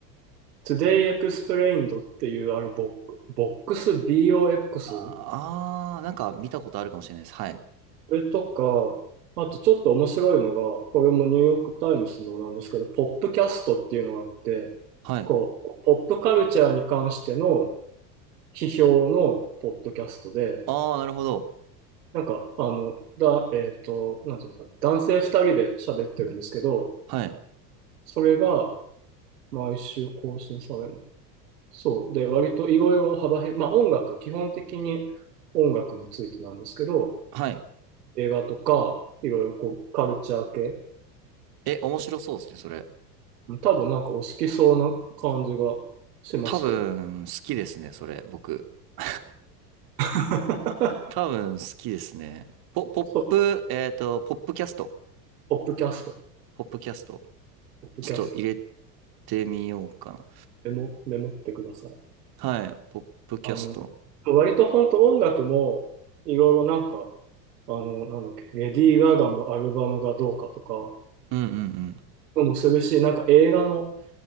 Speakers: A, on the right; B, on the right.
A: つ、Today Explained っていう、あれボ、ボックス、BOX、
B: ああー、なんか見たことあるかもしれないです。はい。
A: これとか、あとちょっと面白いのが、これもニューヨークタイムズのなんですけど、ポップキャストっていうのがあって、
B: はい。
A: こう、ポップカルチャーに関しての批評のポッドキャストで、
B: ああ、なるほど。
A: なんか、あの、だ、えっと、なんていうのかな、男性二人で喋ってるんですけど、
B: はい。
A: それが毎週更新されるのか。そう。で、割といろいろ幅広い、まあ音楽、基本的に音楽についてなんですけど、
B: はい。
A: 映画とか、いろいろこう、カルチャー系、
B: え、面白そうですね、それ。
A: 多分なんかお好きそうな感じがしますけどね。
B: 多分、好きですね、それ、僕。<laughs>
A: <laughs>
B: 多分、好きですね。ポ、ポップ、
A: そう、
B: えっと、ポップキャスト。
A: ポップキャスト。
B: ポップキャスト。
A: ポップキャストで
B: ちょっと入れてみようかな。
A: メモ、メモってください。
B: はい。ポップキャスト。
A: あの、割と本当音楽もいろいろなんか、あの、なんだっけ、レディー・ガガのアルバムがどうかとか、
B: うんうん
A: もするし、なんか映画の、